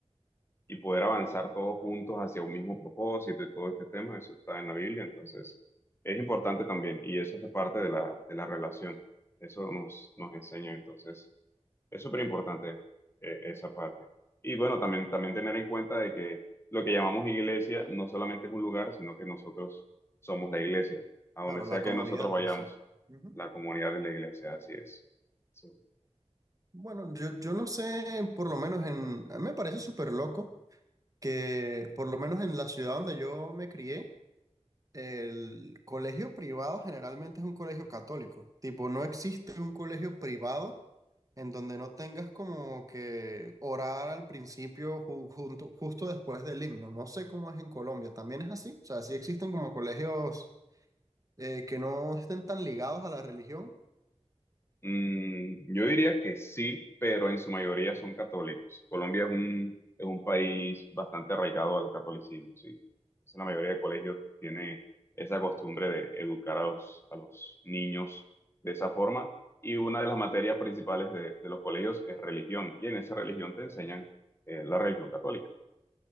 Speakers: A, on the left (about 20°); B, on the right (about 30°).
A: y poder avanzar todos juntos hacia un mismo propósito y todo este tema, eso está en la Biblia, entonces es importante también y eso hace parte de la, de la relación, eso nos, nos enseña, entonces es súper importante eh, esa parte. Y bueno, también, también tener en cuenta de que lo que llamamos iglesia no solamente es un lugar, sino que nosotros somos la iglesia, a
B: Claro,
A: donde sea
B: la
A: que
B: comunidad
A: nosotros vayamos,
B: en sí. Ujú.
A: la comunidad es la iglesia, así es. sí
B: Bueno, yo, yo no sé, por lo menos en, a mí me parece súper loco que por lo menos en la ciudad donde yo me crié, el colegio privado generalmente es un colegio católico. Tipo, no existe un colegio privado en donde no tengas como que orar al principio ju- junto, justo después del himno. No sé cómo es en Colombia, también es así. O sea, sí existen como colegios eh, que no estén tan ligados a la religión.
A: Mm, yo diría que sí, pero en su mayoría son católicos. Colombia es un, es un país bastante arraigado al catolicismo, sí. Entonces, la mayoría de colegios pues, tiene esa costumbre de educar a los, a los niños de esa forma. Y una de las materias principales de, de los colegios es religión. Y en esa religión te enseñan eh, la religión católica.